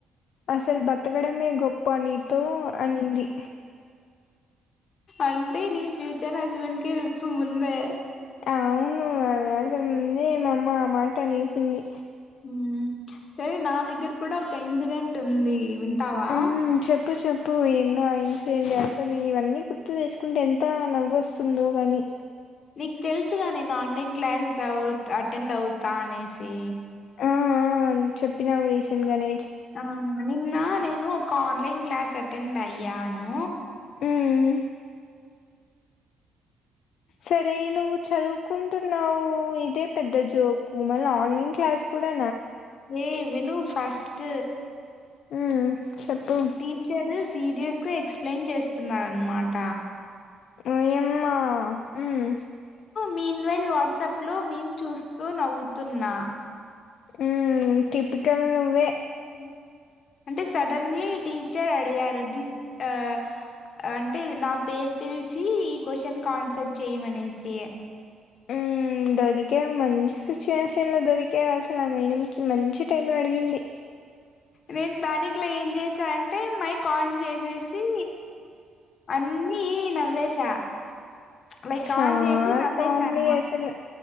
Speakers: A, on the left (about 75°); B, on the left (about 55°).
A: అసలు బతకడమే గొప్ప నీతో అనింది
B: అంటే నీ ఫ్యూచర్ హస్బెండ్ కి తెలుసు ముందే
A: అవును అది అసలు ముందే మా అమ్మ ఆ మాటనేసింది
B: మ్మ్ సరే నా దగ్గర కూడా ఒక ఇన్సిడెంట్ ఉంది వింటావా
A: ఉ చెప్పు చెప్ త్పు ఎన్నో ఇన్సిడెంట్స్ అసలు ఇవన్నీ గుర్తు తెచ్చుకుంటే ఎంత నవ్వు వస్తుందో గాని
B: నీకు తెలుసుగా నేను ఆన్లైన్ క్లాసెస్ అవు అటెండ్ అవుతా అనేసి.
A: ఆ ఆ చెప్పినావు రీసెంట్గానే
B: ఆ నిన్నా నేను కా ఆన్లైన్ క్లాస్ అటెండ్ అయ్యాను
A: మ్మ్ సరే నువ్వు చదువుకుంటున్నావు ఇదే పెద్ద జోకు, మళ్ళీ ఆన్లైన్ క్లాస్ కూడా
B: ఏ వినూ ఫస్ ట్
A: మ్మ్, చెప్పు
B: టీచరు సీరియస్గా ఎక్స్ ప్లెయిన్ చేస్తున్నారనమాట
A: ఈయమ్మ మ్మ్
B: మీన్వైల్ వాట్సాప్ లో మేం చూస్ కో నవ్వుతున్నా
A: మ్మ్ టిపికల్
B: ఉమ్.
A: నువ్వే
B: ఉమ్. అంటే సడన్లీ టీచర్ అడిగారు దీప్ ఆ అంటే నా పేరు పిలిచి ఈ క్వశ్చన్ ఆన్సర్ చేయమనేసి
A: మ్మ్ దొరికావు
B: ఉమ్.
A: మంచి సిచ్యువేషన్ లో దొరికావు అసలు ఆ మేడకి మంచి టైం అడిగింది
B: నేను ప్యానిక్ లో ఏం చేసా అంటే మై కాల్ చేసేసి అన్ని నవ్వేసా ప్చ్ లైక్
A: చాలా
B: ఆన్ చేసి నవ్వేసానుమా
A: కామెడీ అసలు